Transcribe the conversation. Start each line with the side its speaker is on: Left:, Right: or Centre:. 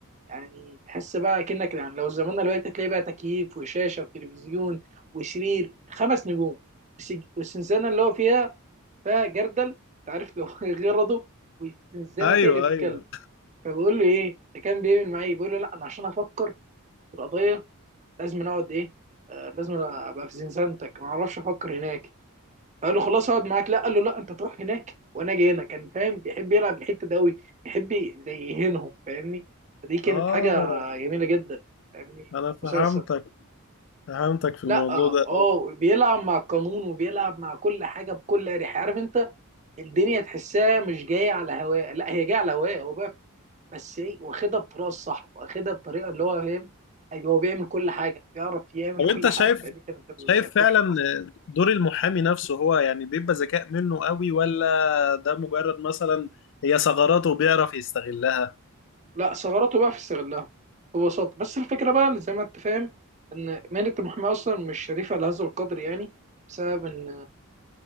Right: يعني تحس بقى كأنك يعني لو زماننا دلوقتي تلاقي بقى تكييف وشاشة وتلفزيون وسرير خمس نجوم والسج- والسنزانة اللي هو فيها فيها جردل انت عارف لو <laughs> غرضه والسنزانة
Left: ايوه
Right: تقرف الكلب
Left: ايوه
Right: فبقول له ايه ده كان بيعمل معايا إيه؟ بيقول له لا انا عشان افكر في القضية لازم أنا اقعد ايه آه لازم أنا ابقى في زنزانتك ما اعرفش افكر هناك قال له خلاص اقعد معاك لا قال له لا انت تروح هناك وانا جاي هنا كان فاهم بيحب يلعب الحته ده قوي بيحب زي يهينهم فاهمني فدي كانت
Left: اه
Right: حاجه جميله جدا فاهمني
Left: انا فهمتك
Right: مسلسل
Left: فهمتك في الموضوع
Right: لا
Left: ده
Right: اه بيلعب مع القانون وبيلعب مع كل حاجه بكل اريحيه عارف انت الدنيا تحسها مش جايه على هواه لا هي جايه على هواه هو بقى بس ايه واخدها بطريقه الصح واخدها بطريقه اللي هو فاهم ايوه هو بيعمل كل حاجه بيعرف يعمل
Left: طب
Right: كل
Left: انت
Right: حاجه
Left: شايف
Right: فدي كانت الفكره
Left: شايف فعلا
Right: بس
Left: دور المحامي نفسه هو يعني بيبقى ذكاء منه قوي ولا ده مجرد مثلا هي ثغراته بيعرف يستغلها
Right: لا ثغراته بقى في استغلها ببساطة بس الفكرة بقى اللي زي ما انت فاهم ان مهنة المحاماة اصلا مش شريفة لهذا القدر يعني بسبب ان